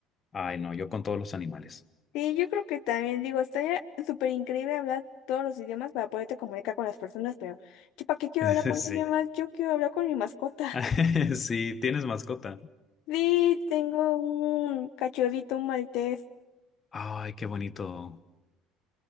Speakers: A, on the left; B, on the left.
A: Ay, no, yo con todos los animales.
B: Sí, yo creo que también digo, estaría súper increíble hablar todos los idiomas para poderte comunicar con las personas, pero yo para qué quiero
A: <laughs>
B: hablar con
A: Sí.
B: alguien más, yo quiero hablar con mi mascota.
A: <laughs>
B: <laughs>
A: Sí, tienes mascota.
B: Sí, tengo un cachorrito, un maltés.
A: Ay, qué bonito.